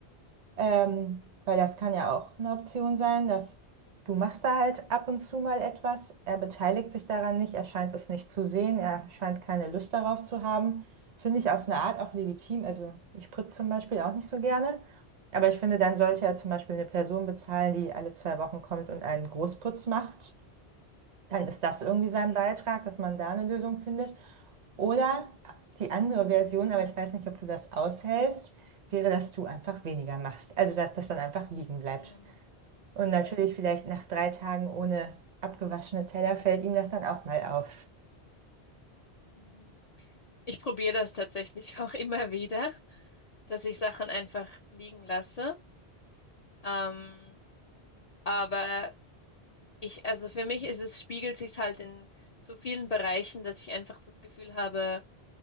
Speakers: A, on the right; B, on the left.
A: Ähm,
B: Mhm.
A: weil das kann ja auch eine Option sein, dass du machst da halt ab und zu mal etwas. Er beteiligt sich daran nicht, er scheint es nicht zu sehen, er scheint keine Lust darauf zu haben. Finde ich auf eine Art auch legitim. Also ich putze zum Beispiel auch nicht so gerne. Aber ich finde, dann sollte
B: Hm,
A: er zum Beispiel eine Person bezahlen, die alle zwei Wochen kommt und einen Großputz macht. Dann ist das irgendwie sein Beitrag, dass man da eine Lösung findet. Oder die andere Version, aber ich weiß nicht, ob du das aushältst, wäre, dass du einfach weniger machst. Also, dass das dann einfach liegen bleibt.
B: hm,
A: Und natürlich
B: Ja.
A: vielleicht nach drei Tagen ohne abgewaschene Teller fällt ihm das dann auch mal auf.
B: Mhm. Mhm. Ich probiere das tatsächlich <laughs> auch immer wieder, dass ich Sachen einfach liegen lasse. Ähm, Aber ich, also für mich ist es, spiegelt sich halt in so vielen Bereichen, dass ich einfach das Gefühl habe,